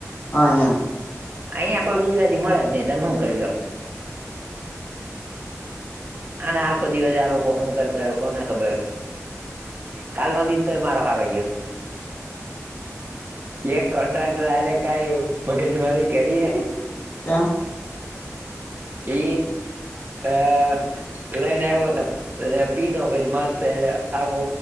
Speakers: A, on the left; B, on the right.
A: હા એમ
B: અહિયાં કોઈ ગુજરાતી મળે જ નહી તમે હું કરીલો અને આખો દિવસ આ લોકો શું કરતા હોય કોને ખબર કાલ નો દી તો એ મારો હારો ગયો એક કોન્ટ્રાક્ટર આરે કઈવું મગજ મારી કરીએ.
A: ત્યા
B: એ આ લઈને આવ્યો તો એ પીધો પછી માસ્ટર આખો